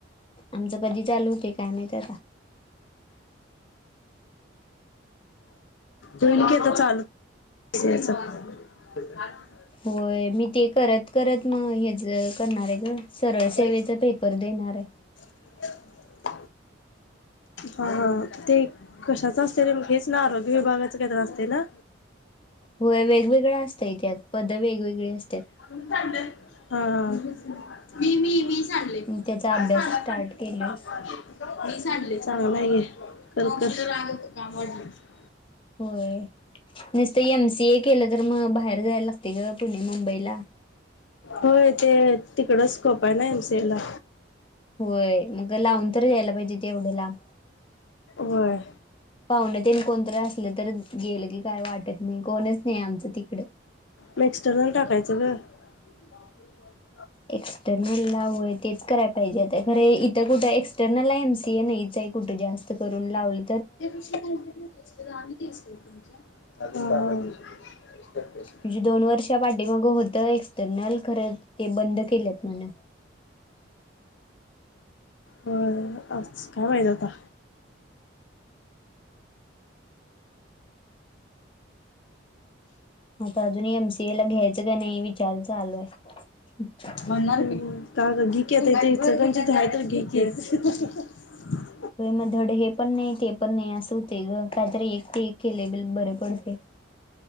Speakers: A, on the left; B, on the left.
A: आमचं कधी चालू होते काय माहीते आता.
B: होईल की आता चालू. <inaudible>
A: होय मी ते करत करत मग ह्याचं करणार आहे ग सरळ
B: काहीच
A: सेवेचा पेपर देणार आहे.
B: <inaudible> हा हा ते कशाच असते रे म हेच ना आरोग्य विभागाच काहीतरी असते ना.
A: होय वेगवेगळं असतंय त्यात पद वेगवेगळी अस
B: <unintelligible> <inaudible>
A: मी त्याचा अभ्यास स्टार्ट केलोय
B: <unintelligible>
A: व्हय नुसत एमसी ए केलं तर मग बाहेर जायला लागते ग पुणे मुम बई ला.
B: होय ते तिकडच स्कोप आहे ना एमसीए ला.
A: होय मग लावून तरी दयायला पाहिजेत एवढ लाब.
B: होय.
A: पावणे तेन कोण तरी असलं तर गेलं की काय वाटत नाही कोणच नाही आमचं तिकडे.
B: म एक्सटरनल टाकायचं ग. <unintelligible>
A: एक्स्टर्नल लावूय तेच कराय पाहिजे होत खरं इथं कुठं एक्सटर्नल आहे एमसीए नाही च कुठ जास्त करून लावल
B: <unintelligible> <unintelligible>
A: म्हणजे दोन वर्षा पाठी माग होतं एक्सटर्नल खरं ते बंद केलेत म्हण.
B: होय आच काय माहित आता.
A: आता अजून एमसीए ला घ्यायचं की नाही विचार चालू आहे.
B: म्हणणार <inaudible>
A: व्हय म धड हे पण नाही ते पण नाही असं होतय ग काही तरी एक त एक केलेल बरं पडतंय.